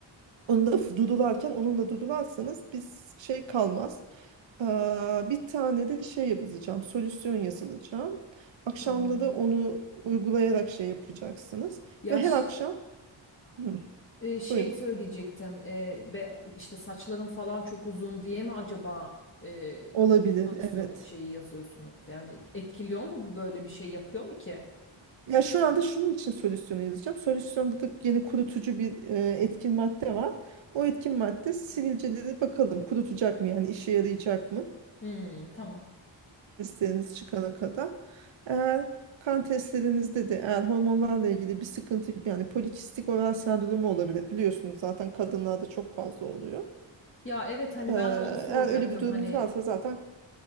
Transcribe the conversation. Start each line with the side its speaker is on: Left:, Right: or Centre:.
Right: Onu da f- dudularken onunla dudularsanız biz şey kalmaz. Ee, bir tane de şey yapacağım. Solüsyon yazılacağım. Akşamda
Left: tamam.
Right: da onu uygulayarak şey yapacaksınız.
Left: Ya
Right: Ve her
Left: ş-
Right: akşam Hı,
Left: e, şey
Right: buyurun.
Left: söyleyecektim. E, be- işte saçların falan çok uzun diye mi acaba e,
Right: Olabilir,
Left: solüsyon
Right: evet.
Left: şeyi yazıyorsunuz? Yani etkiliyor mu bu böyle bir şey yapıyor mu ki?
Right: Ya şu anda şunun için solüsyonu yazacağım. Solüsyonda da yeni kurutucu bir e, etkin madde var. O etkin madde sivilceleri bakalım kurutacak mı yani işe yarayacak mı?
Left: Hmm, tamam.
Right: Testleriniz çıkana kadar. Eğer kan testlerinizde de eğer hormonlarla ilgili bir sıkıntı yani polikistik oral sendromu olabilir. Biliyorsunuz zaten kadınlarda çok fazla oluyor.
Left: Ya evet hani
Right: Ee,
Left: ben de onu soracaktım
Right: eğer öyle bir durumunuz
Left: hani
Right: varsa zaten